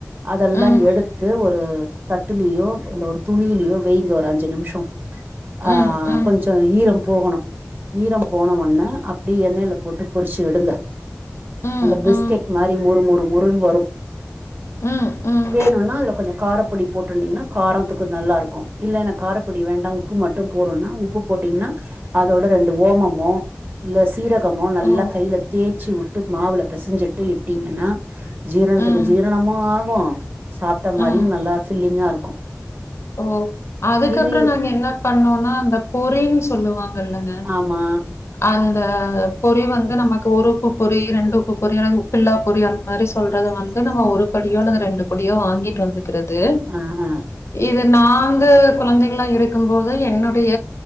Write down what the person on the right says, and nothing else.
அதெல்லா
எடுத்து ஒரு தட்டுலயோ இல்ல ஒரு துணியிலயோ வைங்க ஒரு அஞ்சு நிமிஷம் ஆ
கொஞ்ச ஈரம் போகணு ஈரம் போன உண்ணே அப்டி எண்ணெயில போட்டு பொறிச்சு எடுங்க
அல்ல
பிஸ்கெட் மாரி மொறு மொறு மொறுன்னு வரு
வேணுனா அதுல கொஞ்ச காரப்பொடி போட்டுட்டுடீங்கனா காரத்துக்கு நல்லா இருக்கு இல்லலைன்னா காரப்பொடி வேண்டா உப்பு மட்டு போறுனா உப்பு போட்டீங்னா அதோட ரெண்டு ஓமமோ இல்ல சீர கமோ நல்லா
கையில தேச்சு வுட்டு மாவுல பெசஞ்சிட்டு இட்டீங்கன்னா ஜீரணத்துக்கு
ஜீரணமு ஆகு சாப்ட மாதிரியு
நல்லா ஃபில்லிங்கா இருக்கு
இதுலயே
ஆமா
ஆ ஆ